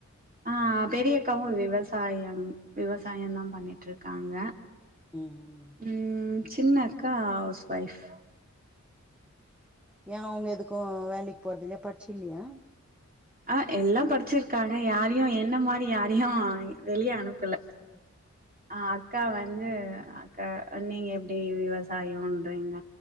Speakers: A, on the right; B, in the centre.
A: ஆ பெரிய அக்காவு விவசாயம் விவசாயந்தா பண்ணிட்ருக்காங்க
B: ம்
A: ம் சின்ன அக்கா ஹவுஸ் வைஃப்
B: ஏ அவுங்க எதுக்கு வேலைக் போறதுகு பட்ச்சு இல்லியா
A: ஆ எல்லா படிச்சிருக்காங்க யாரயு என்ன மாரி யாரயு வெளிய அனுப்பல
B: ம்
A: அ அக்கா வந்து அக்கா நீங்க எப்டி விவசாயொன்றீங்க